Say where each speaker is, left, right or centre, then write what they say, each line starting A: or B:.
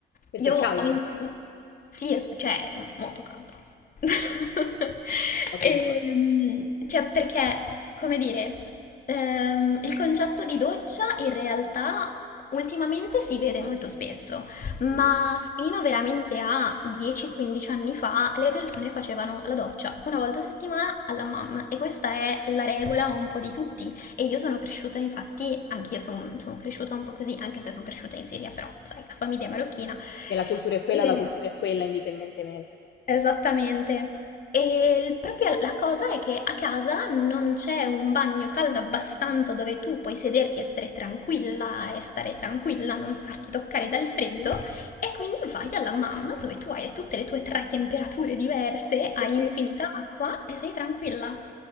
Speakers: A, on the left; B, on the left.
A: Perché
B: Io
A: è
B: ho
A: caldo.
B: iniziato... Sì, es- cioè, è molto caldo. <laughs>
A: Ho dei
B: Ehm,
A: ricordi.
B: cioè, perché, come dire, ehm, il concetto di doccia in realtà ultimamente si vede molto spesso, ma
A: Mhm.
B: fino veramente a 10-15 anni fa le persone facevano la doccia una volta a settimana alla mamma e questa è la regola un po' di tutti. E io sono cresciuta, infatti, anch'io sono son cresciuta un po' così, anche se sono cresciuta in Siria, però, sai, la famiglia è marocchina.
A: Se la cultura è quella,
B: E-
A: la cultura è quella, indipendentemente.
B: esattamente. E il- proprio la cosa è che a casa non c'è un bagno caldo abbastanza dove tu puoi sederti e stare tranquilla e stare tranquilla, non farti toccare dal freddo.
A: Mhm.
B: E quindi vai alla mamma dove tu hai tutte le tue tre temperature diverse, hai
A: Sì, sì.
B: infinita acqua e sei tranquilla.